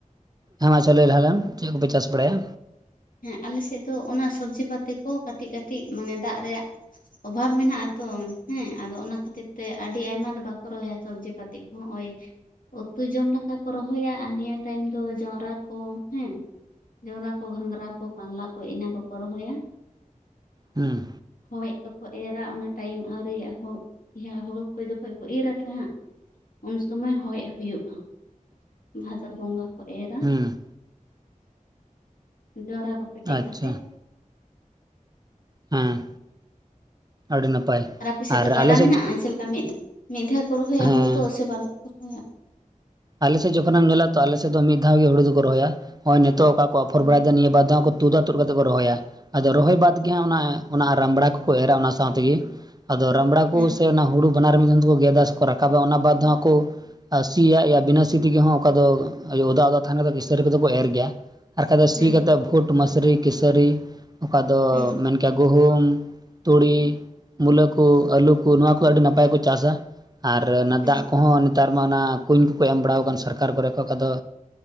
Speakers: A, on the right; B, on the left.
A: ᱦᱮᱸ ᱢᱟ ᱟᱪᱪᱷᱟ ᱞᱟᱹᱭ ᱞᱟᱦᱟ ᱞᱮᱢ ᱪᱮᱫ ᱠᱚᱯᱮ ᱪᱟᱥ ᱵᱟᱲᱟᱭᱟ?
B: ᱦᱮᱸ ᱟᱞᱮ ᱥᱮᱫ ᱫᱚ ᱚᱱᱟ ᱥᱚᱵᱽᱡᱤ ᱯᱟᱛᱤ ᱠᱚ ᱠᱟᱹᱴᱤᱡ ᱠᱟᱹᱴᱤᱡ ᱢᱟᱱᱮ ᱫᱟᱜ ᱨᱮᱭᱟᱜ, ᱚᱵᱷᱟᱵ ᱢᱮᱱᱟᱜᱼᱟ ᱛᱚ ᱦᱮᱸ ᱟᱫᱚ ᱚᱱᱟ ᱠᱷᱟᱹᱛᱤᱨ ᱛᱮ ᱟᱹᱰᱤ ᱟᱭᱢᱟ ᱫᱚ ᱵᱟᱠᱚ ᱨᱚᱦᱚᱭᱟ ᱥᱚᱵᱽᱡᱤ ᱯᱟᱛᱤ᱾ ᱠᱚ ᱦᱚᱸ ᱳᱭ ᱩᱛᱩ ᱡᱚᱢ ᱞᱮᱠᱟ ᱠᱚ ᱨᱚᱦᱚᱭᱟ ᱟᱨ ᱱᱤᱭᱟᱹ ᱴᱟᱭᱤᱢ ᱫᱚ ᱡᱚᱱᱨᱟ ᱠᱚ ᱦᱮᱸ ᱡᱚᱱᱨᱟ ᱠᱚ, ᱜᱷᱟᱸᱝᱽᱨᱟ ᱠᱚ, ᱠᱟᱞᱞᱟ ᱠᱚ ᱤᱱᱟᱹ ᱠᱚᱠᱚ ᱨᱚᱦᱚᱭᱟ
A: ᱦᱮᱸ
B: ᱦᱚᱭ ᱟᱫᱚ ᱠᱚ ᱮᱨᱟ ᱚᱱᱟ ᱴᱟᱭᱤᱢ ᱟᱹᱣᱨᱤᱭᱟᱜ-ᱟ ᱦᱚᱭ ᱤᱭᱟᱹ ᱦᱩᱲᱩ ᱠᱚ ᱡᱚᱠᱷᱚᱱ ᱠᱚ ᱤᱨ ᱟᱥᱮ ᱦᱟᱸᱜ ᱩᱱ ᱥᱚᱢᱚᱭ ᱦᱚᱭ ᱦᱩᱭᱩᱜ-ᱟ᱾ ᱵᱷᱟᱫᱽᱨ ᱵᱚᱸᱜᱟ ᱠᱚ ᱮᱨᱟ
A: ᱦᱩᱸ
B: ᱡᱚᱱᱨᱟ ᱠᱚ ᱯᱮᱴᱮᱡ
A: ᱟᱪᱪᱷᱟ
B: ᱠᱟᱛᱮ
A: ᱦᱮᱸ ᱟᱹᱰᱤ ᱱᱟᱯᱟᱭ
B: ᱟᱨ ᱟᱯᱮ ᱥᱮᱫ ᱫᱚ ᱜᱟᱰᱟ
A: ᱟᱞᱮ ᱥᱮᱫ
B: ᱢᱮᱱᱟᱜ-ᱟ ᱪᱮᱫ ᱞᱮᱠᱟ ᱢᱤᱫ ᱢᱤᱫ ᱫᱷᱟᱣ ᱠᱚ ᱨᱚᱦᱚᱭᱟ
A: ᱦᱮᱸ
B: ᱦᱩᱲᱩ ᱫᱚ ᱥᱮ ᱵᱟᱨ ᱫᱷᱟᱣ ᱠᱚ ᱨᱚᱦᱚᱭᱟ?
A: ᱟᱞᱮ ᱥᱮᱫ ᱡᱚᱠᱷᱚᱱ ᱮᱢ ᱧᱮᱞᱟ ᱛᱚ ᱟᱞᱮ ᱥᱮᱫ ᱫᱚ ᱢᱤᱫ ᱫᱷᱟᱣ ᱜᱮ ᱦᱩᱲᱩ ᱫᱚᱠᱚ ᱨᱚᱦᱚᱭᱟ ᱱᱚᱜ-ᱚᱭ ᱱᱤᱛᱚᱜ ᱡᱟᱦᱟᱸ ᱠᱚ ᱟᱯᱷᱚᱨ
B: ᱦᱩᱸ
A: ᱵᱟᱲᱟ ᱭᱮᱫᱟ ᱱᱤᱭᱟᱹ ᱵᱟᱨ ᱫᱚ ᱦᱟᱸᱜ ᱠᱚ ᱛᱩᱫᱟ ᱛᱩᱫ ᱠᱟᱛᱮᱫ ᱠᱚ ᱨᱚᱦᱚᱭᱟ ᱟᱫᱚ ᱨᱚᱦᱚᱭ ᱵᱟᱫᱽ ᱜᱮ ᱦᱟᱸᱜ ᱚᱱᱟ ᱚᱱᱟ ᱨᱟᱢᱲᱟ ᱠᱚᱠᱚ ᱮᱨᱟ ᱚᱱᱟ ᱥᱟᱶ ᱛᱮᱜᱮ ᱟᱫᱚ ᱨᱟᱢᱲᱟ ᱠᱚ
B: ᱦᱩᱸ
A: ᱥᱮ ᱚᱱᱟ ᱦᱩᱲᱩ ᱵᱟᱱᱟᱨ ᱢᱤᱫ ᱫᱷᱟᱣ ᱛᱮᱠᱚ ᱜᱮᱫ-ᱟ ᱥᱮ ᱠᱚ ᱨᱟᱠᱟᱵᱟ ᱚᱱᱟ ᱵᱟᱫ ᱫᱚ ᱦᱟᱸᱜ ᱠᱚ ᱥᱤᱭᱟ ᱵᱤᱱᱟᱹ ᱥᱤ ᱛᱮᱜᱮ ᱦᱚᱸ ᱚᱠᱟ ᱫᱚ ᱚᱫᱟ ᱚᱫᱟ ᱛᱟᱦᱮᱱᱟ ᱠᱤᱥᱟᱹᱨᱤ ᱠᱚᱫᱚ ᱠᱚ ᱮᱨ ᱜᱮᱭᱟ ᱟᱨ ᱵᱟᱠᱟᱱ ᱫᱚ ᱥᱤ
B: ᱦᱩᱸ
A: ᱠᱟᱛᱮ ᱠᱷᱩᱴ, ᱢᱟᱥᱨᱤ, ᱠᱮᱥᱟᱹᱨᱤ ᱚᱠᱟ ᱫᱚ
B: ᱦᱩᱸ
A: ᱢᱮᱱ ᱠᱮᱭᱟ ᱜᱩᱦᱩᱢ ᱛᱩᱲᱤ ᱢᱩᱞᱟᱹ ᱠᱚ, ᱟᱹᱞᱩ ᱠᱚ, ᱱᱚᱣᱟ ᱠᱚ ᱟᱹᱰᱤ ᱱᱟᱯᱟᱭ ᱠᱚ ᱪᱟᱥᱟ ᱟᱨ ᱚᱱᱟ
B: ᱦᱩᱸ
A: ᱫᱟᱜ ᱠᱚᱦᱚᱸ ᱱᱮᱛᱟᱨ ᱢᱟᱱ ᱚᱱᱟ ᱠᱩᱧ ᱠᱚᱭ ᱮᱢ ᱵᱟᱲᱟᱣ ᱟᱠᱟᱱ ᱥᱚᱨᱠᱟᱨ ᱠᱚᱨᱮ ᱠᱚ ᱚᱠᱟ ᱫᱚ